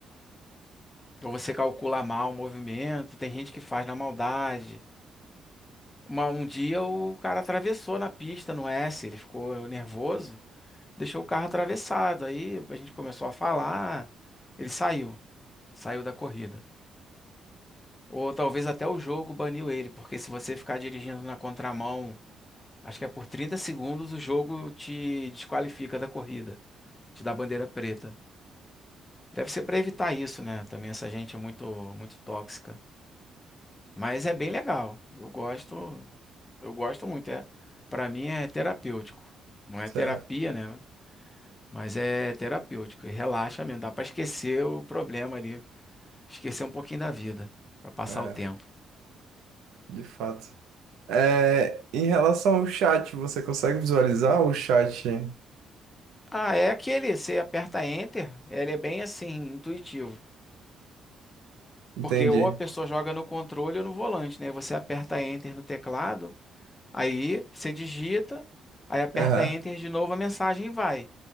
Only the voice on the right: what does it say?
<laughs>
Cê-
É,
de fato. É, em relação ao chat, você consegue visualizar o chat?
Entendi.
Aham.